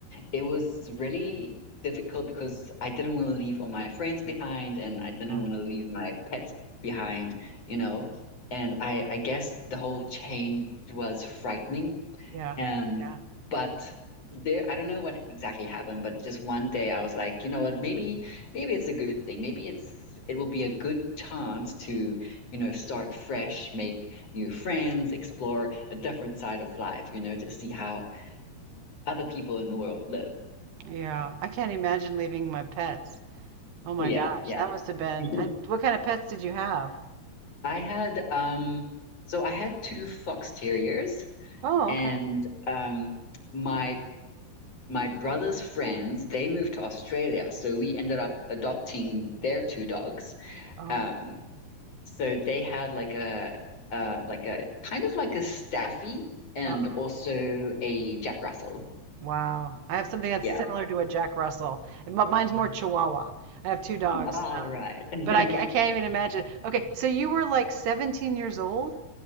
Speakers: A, on the left; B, on the right.
A: It was really difficult because I didn't want to leave all my friends behind and I didn't
B: yeah,
A: want to leave my pets behind, you know. And I, I guess the whole change was frightening.
B: yeah,
A: Um,
B: yeah.
A: but there, I don't know what exactly happened, but just one day I was like, you know what, maybe, maybe it's a good thing. Maybe it's, it will be a good chance to, you know, start fresh, make new friends, explore a different side of life, you know, just see how other people in the world live.
B: Yeah, I can't imagine leaving my pets. Oh my
A: Yeah,
B: gosh,
A: yeah.
B: that must
A: <laughs>
B: have been.
A: Mhm.
B: I, what kind of pets did you have?
A: I had um so I had two fox terriers
B: Oh,
A: and
B: okay.
A: um my my brother's friends they moved to Australia so we ended up adopting their two dogs
B: Oh,
A: um so they had like a uh like a kind of like a Staffy and
B: wow.
A: also a Jack Russell
B: Wow. I have something that's
A: yeah
B: similar to a Jack Russell, and but mine's more Chihuahua. I have two dogs,
A: all
B: um,
A: right <laughs>
B: but I, ca- I can't even imagine. Okay, so you were like 17 years old?